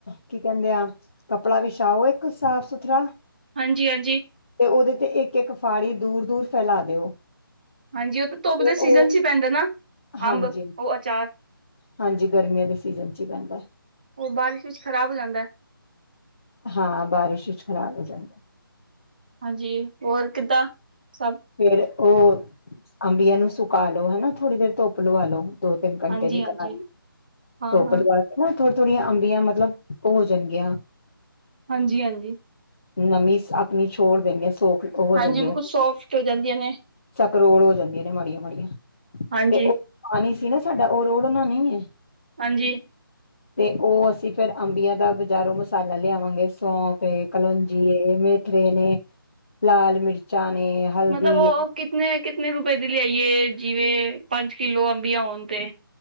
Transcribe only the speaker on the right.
ਹਾਂਜੀ- ਹਾਂਜੀ
ਹਾਂਜੀ, ਉਹ ਤਾਂ ਧੁੱਪ
ਦੇ ਸੀਜ਼ਨ
ਚ, ਪੈਂਦਾ ਨਾ
ਅੰਬ ਉਹ ਅਚਾਰ।
ਉਹ, ਬਾਰਿਸ਼ ਵਿੱਚ ਖ਼ਰਾਬ ਹੋ ਜਾਂਦਾ।
ਹਾਂਜੀ, ਹੋਰ ਕਿੱਦਾਂ ਸਭ?
ਹਾਂਜੀ
ਹਾਂਜੀ
ਹਾਂ
ਹਾਂ
ਹਾਂਜੀ -ਹਾਂਜੀ
ਹਾਂਜੀ,
ਬਿਲਕੁਲ
ਸੋਫਟ ਹੋ ਜਾਂਦੀਆਂ ਨੇ,
ਹਾਂਜੀ
ਹਾਂਜੀ।
ਮਤਲਬ, ਉਹ ਕਿਤਨੇ -ਕਿਤਨੇ ਰੁਪਏ ਦੀ ਲਿਆਈਏ ਜਿਵੇਂ ਪੰਜ ਕਿਲੋ ਅੰਬੀਆਂ ਹੋਣ ਤੇ?